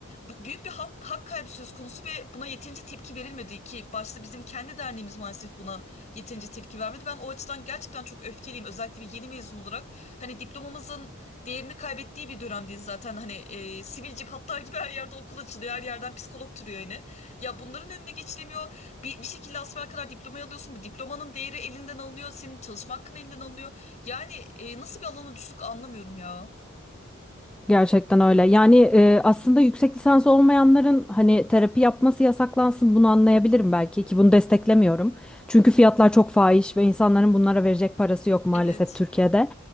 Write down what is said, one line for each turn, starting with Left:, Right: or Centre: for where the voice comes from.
Left: bu- büyük bir hak, hak kaybı söz konusu ve buna yeterince tepki verilmedi ki başta bizim kendi derneğimiz maalesef buna yeterince tepki vermedi. Ben o açıdan gerçekten çok öfkeliyim. Özellikle bir yeni mezun olarak hani diplomamızın değerini kaybettiği bir dönemdeyiz zaten. Hani e, sivilce patlar gibi her yerde okul açılıyor. Her yerden psikolog türüyor yine. Ya bunların önüne geçilemiyor. Bir, bir şekilde asfer kadar diplomayı alıyorsun. Bu diplomanın değeri elinden alınıyor. Senin çalışma hakkın elinden alınıyor. Yani e, nasıl bir alana düştük anlamıyorum ya.
Centre: Gerçekten öyle. Yani e, aslında yüksek lisans olmayanların hani terapi yapması yasaklansın bunu anlayabilirim belki ki bunu desteklemiyorum. Çünkü fiyatlar çok fahiş ve insanların bunlara verecek parası yok maalesef
Left: Evet.
Centre: Türkiye'de.